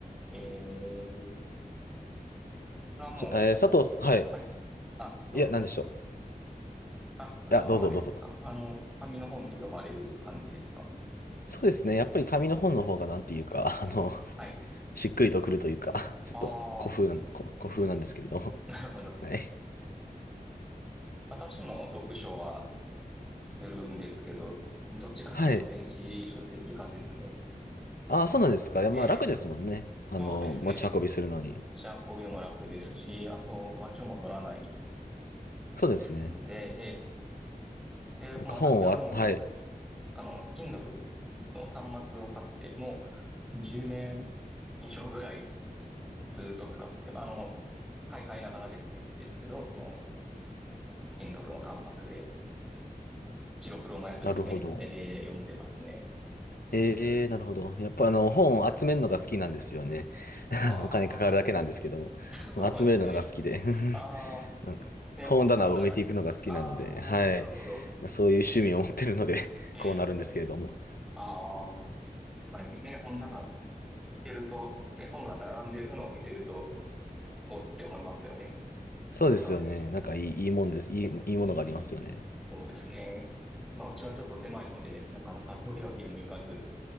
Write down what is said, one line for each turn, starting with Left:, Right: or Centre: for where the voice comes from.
Centre: えー、これはも
Left: ちえー佐藤さん、はい。
Centre: う、はい。あ、どうぞどうぞ。
Left: いや、なんでしょう。い
Centre: あ、これはもうあれですか。
Left: や、どうぞどうぞ。
Centre: あの、紙の本で読まれる感じですか。
Left: そうですね、やっぱり紙の本の方がなんていうか、あの、
Centre: はい。
Left: しっくりとくるというか、ちょっと古風な、
Centre: ああ、
Left: 古古風なんですけれども。
Centre: <laughs> なるほど。
Left: はい。
Centre: 私も読書はするんですけど、どっちかっていうと電子書籍派ですね。
Left: はい。ああ、そうなんですか。いや、
Centre: ええ、
Left: まあ楽ですもんね。あの、
Centre: そうですね。
Left: 持ち運びするのに。
Centre: 持ち運びも楽ですし、あと場所も取らない
Left: そうですね。
Centre: ですので、ええ、で、
Left: なんか本をあ、
Centre: もう私はも
Left: はい。
Centre: あの、Kindle の端末を買って、もう10年以上ぐらいずっと使って、あの、買い替えながらですね、ですけど、もう Kindle の端末で、白黒のやつですね。
Left: なるほど。
Centre: あれで読んでますね。
Left: ええ、なるほど。やっぱあの、本を集めるのが好きなんですよね。<laughs>
Centre: あ
Left: お金かかるだけなんですけども。
Centre: あ、そうですね。
Left: 集めるのが好きで。
Centre: ああ、
Left: <laughs> なんか本棚を埋めていくのが好きなので、
Centre: ね、本、本棚に。あ
Left: はい。
Centre: あ、なるほど。
Left: そういう趣味を持ってるので、<laughs>
Centre: え
Left: こうなるんですけれども。
Centre: え、ああ、確かにね、本棚見てると、ね、本が並んでるのを見てると、おって思いますよね。
Left: そうですよね。
Centre: なんかね。
Left: なんかいい、いいもんです。いい、いいものがありますよね。
Centre: うん。そうですね。まあ、うちはちょっと狭いので、なかなかそういうわけにもいかず、